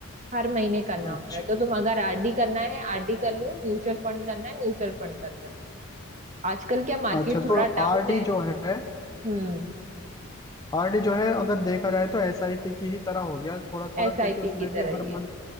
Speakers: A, on the right; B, on the left.
A: है हर महीने करना
B: अच्छा
A: होता है तो तुम अगर आरडी करना है आरडी कर लो म्यूचुअल फंड करना है म्यूचुअल फंड कर लो आजकल क्या मार्केट
B: अच्छा
A: थोड़ा
B: तो
A: डाउन
B: आरडी
A: है
B: जो है
A: हम्म
B: आरडी जो है अगर देखा जाए तो एसआईपी की ही तरह हो गया थोड़ा थोड़ा
A: एसआईपी
B: क्योंकि उसमें
A: की
B: भी
A: तरह
B: हर
A: ही है
B: मंथ